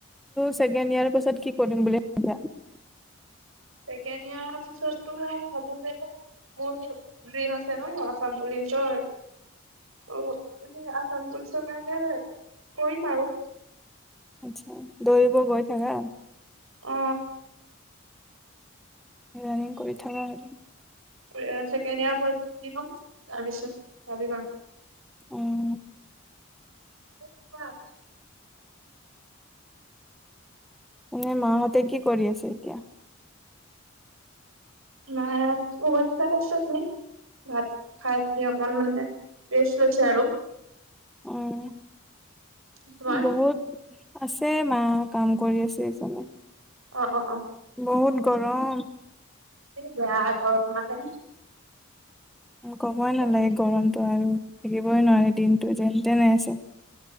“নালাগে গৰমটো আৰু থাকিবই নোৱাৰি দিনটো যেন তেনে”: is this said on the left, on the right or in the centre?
Centre